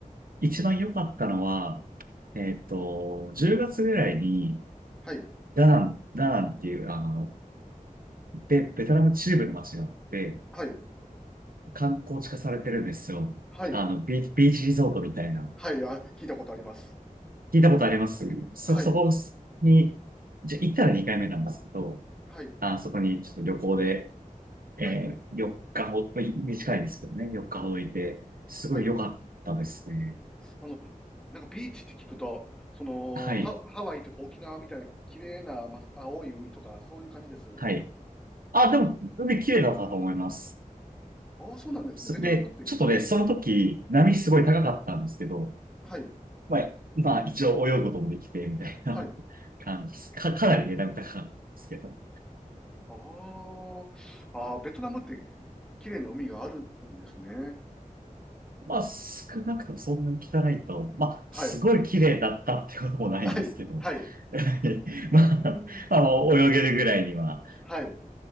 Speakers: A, on the right (about 85°); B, in the centre.
A: 一番良かったのは、えっと、10月ぐらいに、
B: はい、
A: ダナン、ダナンっていう、あの、ベ、ベトナム中部の街があって、
B: はい、
A: 観光地化されてるんですよ。
B: はい、
A: あの、ビ、ビーチリゾートみたいな。
B: はい、あ、聞いたことあります。
A: 聞いたことありますそ、
B: はい、
A: そこに、じゃ、行ったら2回目なんですけど、
B: はい、
A: あ、そこにちょっと旅行で、
B: はい、
A: えー、4日ほ、まあい短いですけどね、4日ほどいて、すごい良かったですね。
B: はい。あの、なんかビーチって聞くと、その、
A: はい、
B: ハ、ハワイとか沖縄みたいな綺麗な、ま、青い海とか、そういう感じです。
A: はい。あ、でも、海綺麗だったと思います。
B: ああ、そうなんですね。
A: そで、
B: ベトナムって、
A: ちょっとね、その時、
B: うん、
A: 波すごい高かったんですけど、
B: はい、
A: まあ、まあ、一応泳ぐこともできて、みたいな
B: はい。
A: <laughs> 感じです。か、かなりね、波高かったんですけど。
B: ああ、ああ、ベトナムって綺麗な海があるんですね。
A: まあ、少なくともそんなに汚いと、まあ、
B: はい、
A: すごい綺麗だったってこともないんですけど、
B: はい、はい。う
A: <laughs> まあ、
B: ーん。
A: まあ、泳げるぐらいには、
B: はい、